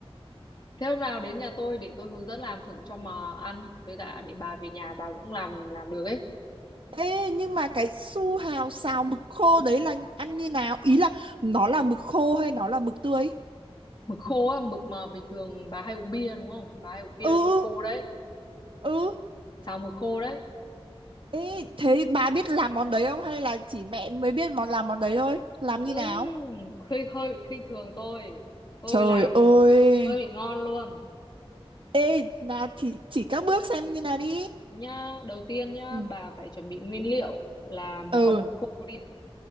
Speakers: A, on the left (about 45°); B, on the right (about 60°).
A: thế hôm nào đến nhà tôi để tôi hướng dẫn làm thử cho mà ăn với cả để bà về nhà bà cũng làm làm được ấy
B: ê nhưng mà cái su hào xào mực khô đấy là ăn như nào ý là nó là mực khô hay nó là mực tươi
A: mực khô á mực mà bình thường bà hay uống bia đúng không bà hay uống bia
B: ừ
A: với mực khô đấy
B: ừ ừ.
A: xào mực khô đấy
B: ê thế bà biết làm món đấy không hay là chỉ mẹ mới biết món làm món đấy thôi làm như
A: Ừ,
B: nào
A: hơi hơi bị khinh thường tôi tôi
B: trời
A: làm
B: ơi
A: hơi bị ngon luôn
B: ê nào thì chỉ các bước xem như nào đi
A: nhá đầu tiên nhá
B: ừ
A: bà phải chuẩn bị nguyên liệu là một
B: ừ
A: con mực khô đi